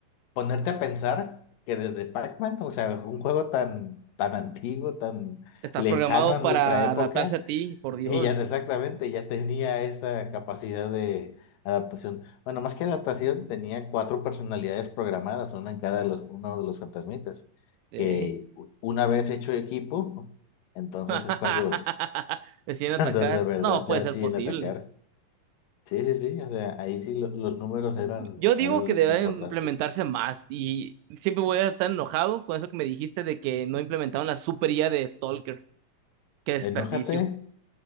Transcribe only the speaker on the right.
está
programado
para
adaptarse a ti, por Dios.
Sí.
<laughs>
Deciden
atacar.
No puede
ser posible.
Yo digo
que
debe
implementarse más y siempre voy a estar enojado con eso que me dijiste de que no implementaron la super IA de Stalker. Qué desperdicio.